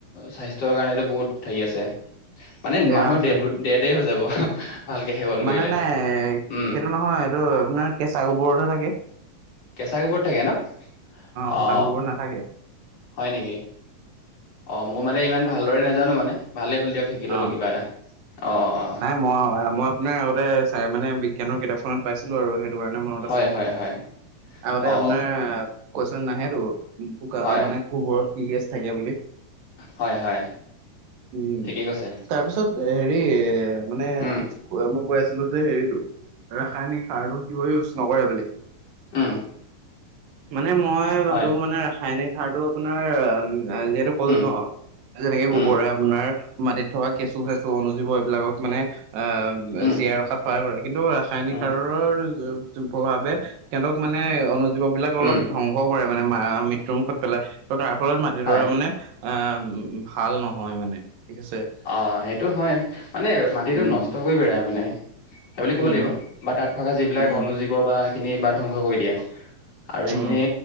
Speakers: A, on the left; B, on the right.
A: স্বাস্থ্যৰ কাৰণেটো বহুত হেৰি আছে মানে
B: বেয়া
A: মানুহ
B: আছে
A: ডেত ব ডেতে হৈ যাব। ভালকে সেৱন
B: মানে
A: কৰিলে
B: নাই
A: উম
B: এটো নহয় এটো আপোনাৰ কেঁচা গোবৰতহে থাকে।
A: কেঁচা গোবৰত থাকে ন
B: শুকান
A: অ
B: গোবৰত নাথাকে
A: হয় নেকি অ মোৰ মানে ইমান ভালদৰে নাজানো মানে ভালেই হ'ল দিয়ক শিকি
B: অ
A: ললো কিবা এটা অ অ
B: নাই মই মই আপোনাৰ আগতে চাই মানে বিজ্ঞানৰ কিতাপখনত পাইছিলো আৰু সে- টো কাৰণে মনত
A: হয়
B: আছে
A: হয় হয়
B: আগতে
A: অ
B: আপোনাৰ কোৱেচোন আহে টো গা
A: হয়
B: মানে গোবৰত কি গেছ থাকে বুলি
A: হয় হয়
B: উম
A: ঠিকেই কৈছে
B: তাৰপিছত হেৰি মানে
A: উম
B: কৈ মই কৈ আছিলো যে হেৰিটো ৰাসায়নিক সাৰটো কিয় ইউজ নকৰে বুলি
A: উম
B: মানে মই ভাবো
A: হয়।
B: মানে ৰাসায়নিক সাৰটো আপোনাৰ এ যিহেতু ক'লো
A: উম,
B: ন যেনেকে
A: উম,
B: গোবৰে আপোনাৰ মাটিত থকা কেঁচু চেচু অনুজীৱ এইবিলাকক মানে আহ
A: উম,
B: জীয়াই ৰখাত সহায় কৰে কিন্তু ৰাসায়নিক
A: উম,
B: সাৰৰ প্ৰভাৱে সিহঁতক মানে অনুজীৱ বিলাক অলপ
A: উম,
B: ধ্বংসও কৰে মানে মা মৃত্যুৰ মুুখত পেলাই ত' তাৰ ফলত মাটিডৰা
A: হয়।
B: মানে এ ভাল নহয় মানে ঠিক আছে।
A: অ সেইটো হয় মানে মাটিটো
B: উম
A: নষ্ট কৰি পেলাই মানে। সেই বুলি ক'ব
B: উম
A: লাগিব বা তাত থকা যিবিলাক
B: উম
A: অনুজীৱ বা সেই খিনি বা ধ্বংস কৰি দিয়ে। আৰু
B: উম
A: এইখিনি